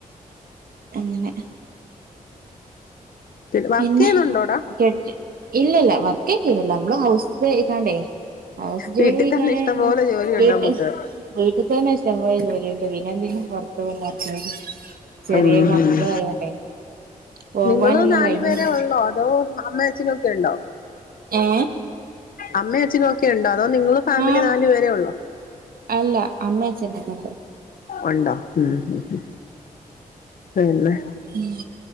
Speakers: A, on the right; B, on the left.
A: അങ്ങനെ
B: ത്തിൽ വർക്ക്
A: പിന്നെ
B: ചെയ്യുന്നുണ്ടോടാ
A: കെട്ടി ഇല്ലല്ല വർക്കേ ചെയലല്ല നമ്മള് ഹൗസ് കാണ്ടേ <unintelligible>
B: വീട്ടിൽ തന്നെ ഇഷ്ടം പോലെ ജോലിയുണ്ട് നമുക്ക്
A: വീട്ടിൽ തന്നെ ഇഷ്ടം പോലെ ജോലിയൊക്കെ പിന്നെ <unintelligible> ചെറിയ
B: ഉം
A: മക്കളും
B: ഉം
A: ആയോണ്ടേ പോവാനൊന്നും
B: നിങ്ങള് നാലു
A: കഴിഞ്ഞില്ല
B: പേരെ ഉള്ളോ അതോ അമ്മേ അച്ചനൊക്കെ ഉണ്ടോ
A: ഏ
B: അമ്മയും അച്ഛനും ഒക്കെയുണ്ടോ അതോ നിങ്ങള് ഫാമിലി
A: ആ
B: നാല് പേരെ ഉള്ളോ
A: അല്ല അമ്മ അച്ഛനൊക്കെ ഉണ്ട്
B: ഉണ്ടോ ഉം ഉം പിന്നെ
A: ഉം